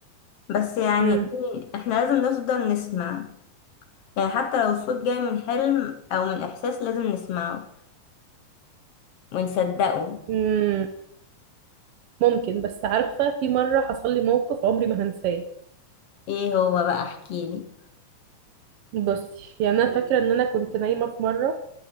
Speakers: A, on the left; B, on the right.
A: بس يعني
B: مم.
A: إيه، احنا لازم نفضل نسمع يعني حتى لو الصوت جاي من حلم او من احساس لازم نسمعه ونصدقه
B: مم. ممكن بس عارفة في مرة حصل لي موقف عمري ما هنساه
A: ايه هو بقى احكيلي
B: بصي يعني أنا فاكرة إن أنا كنت نايمة في مرة